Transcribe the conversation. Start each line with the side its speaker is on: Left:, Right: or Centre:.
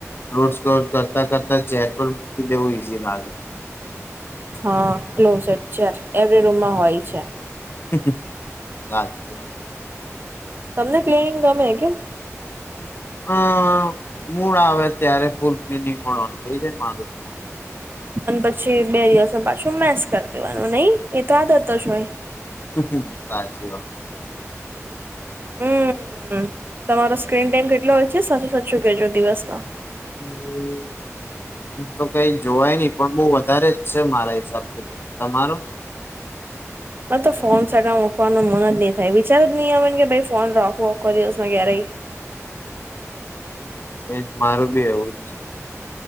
Left: લોડ સ્કોર કરતા કરતા ચેર પણ મૂકી દેવું ઈઝી લાગે.
Right: હા કલોઝટ છે એવરી રૂમમાં હોય છે.
Left: <unintelligible> સાચી વાત.
Right: તમને ક્લીિનિંગ ગમે કે?
Left: હ મૂળ આવેત ત્યારે ફૂલ ક્નિંગ મળવાનું થઈ જાય મારું તો.
Right: અને પછી બે દિવસ પાછું મેસ કરી દેવાનું નહી, એ તો આદત જ હોય.
Left: <unintelligible> સાચી વાત.
Right: હમ હમ તમારો સ્ક્રીન ટાઈમ કેટલો હોય છે સાચું સાચું કેજો દિવસમાં?
Left: હમ એમ તો કઈ જોવાય નહી પણ બો વધારે જ છે મારા હિસાબથી તો, તમારો?
Right: મેં તો ફોન સગા મુકવાનું મન જ નહી થાય વિચાર જ નહી આવે કે ભાઈ ફોન રોકવો કો દિવસ હુંયા રહી.
Left: એજ મારું બી એવું જ છે.